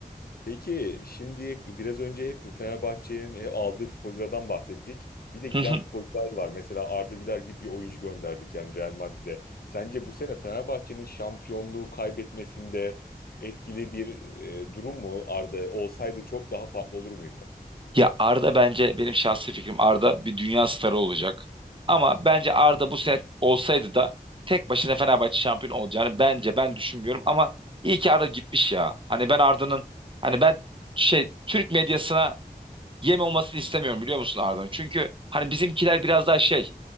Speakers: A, on the left; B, on the right.
A: Peki şimdi biraz önce hep Fenerbahçe'nin hep aldığı futbolculardan bahsettik. Bir de giden
B: <laughs>
A: futbolcular var. Mesela Arda Güler gibi bir oyuncu gönderdik yani Real Madrid'e. Sence bu sene Fenerbahçe'nin şampiyonluğu kaybetmesinde etkili bir e, durum mu Arda? Olsaydı çok daha farklı olur muydu?
B: Ya Arda bence benim şahsi fikrim Arda bir dünya starı olacak. Ama bence Arda bu sene olsaydı da tek başına Fenerbahçe şampiyon olacağını bence ben düşünmüyorum ama iyi ki Arda gitmiş ya. Hani ben Arda'nın hani ben şey Türk medyasına yem olmasını istemiyorum biliyor musun Arda'nın? Çünkü hani bizimkiler biraz daha şey